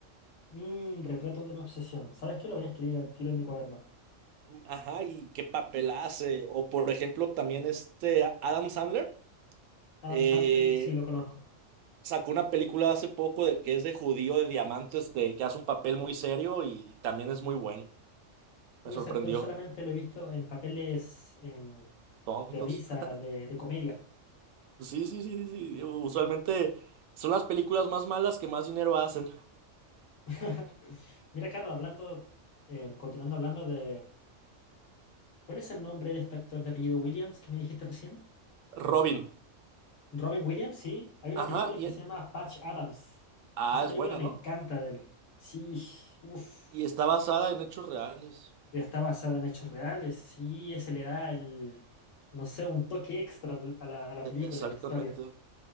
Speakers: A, on the left; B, on the right.
A: Mm, Retrato de una obsesión. ¿Sabes qué? Lo voy a escribir al tiro en mi cuaderno.
B: Ajá, y qué papel hace. O por ejemplo, también este Adam Sandler.
A: Adam
B: eh,
A: Sandler, sí, lo conozco.
B: sacó una película hace poco de que es de judío de diamantes, de, que hace un papel muy serio y también es muy bueno.
A: Uh,
B: Me sorprendió.
A: ese actor solamente lo he visto en papeles em,
B: Tontos.
A: de risa,
B: <laughs>
A: de, de comedia.
B: Sí, sí, sí, sí. Usualmente son las películas más malas que más dinero hacen.
A: <laughs> Mira, Carlos, hablando, em, continuando hablando de... ¿Cuál es el nombre de este actor de apellido Williams que me dijiste recién?
B: Robin.
A: Robin Williams, sí. Hay una
B: Ajá.
A: película
B: Y,
A: que se llama Patch Adams.
B: ah,
A: Esa película
B: es buena,
A: me
B: ¿no?
A: encanta de él. Sí, uff.
B: Y está basada en hechos reales.
A: Está basada en hechos reales. Sí, ese le da el, no sé, un toque extra a la, a la película,
B: E- exactamente.
A: a la historia.